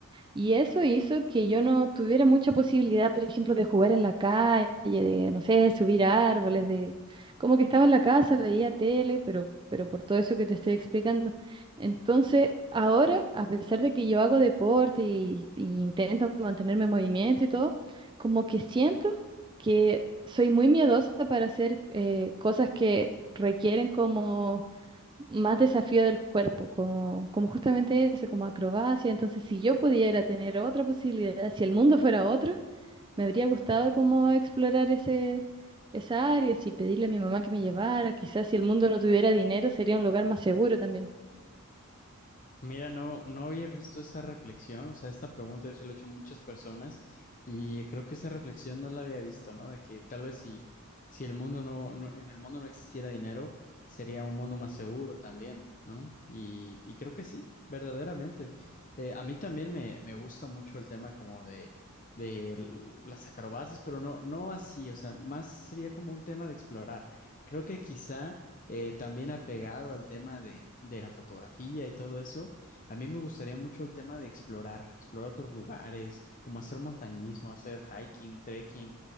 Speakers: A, on the right; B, on the left.
A: y eso hizo que yo no tuviera mucha posibilidad, por ejemplo, de jugar en la calle, de, no sé, subir a árboles, de como que estaba en la casa, veía tele, pero, pero por todo eso que te estoy explicando. Entonces, ahora, a pesar de que yo hago deporte y, y intento mantenerme en movimiento y todo, como que siento que soy muy miedosa para hacer eh, cosas que requieren como más desafío del cuerpo, como, como justamente eso, como acrobacia. Entonces, si yo pudiera tener otra posibilidad, si el mundo fuera otro, me habría gustado como explorar ese, esa área, si pedirle a mi mamá que me llevara, quizás si el mundo no tuviera dinero, sería un lugar más seguro también.
B: Mira, no, no había visto esta reflexión, o sea, esta pregunta yo se la he hecho a muchas personas y creo que esa reflexión no la había visto, ¿no? De que tal vez si, si el mundo no, no- en el mundo no existiera dinero, sería un mundo más seguro también, ¿no? Y, y creo que sí, verdaderamente. Eh, a mí también me, me gusta mucho el tema como de, de l- las acrobacias, pero no, no así, o sea, más sería como un tema de explorar. Creo que quizá eh, también apegado al tema de, de la fotografía y todo eso a mí me gustaría mucho el tema de explorar, explorar otros lugares, como hacer montañismo, hacer hiking, trekking,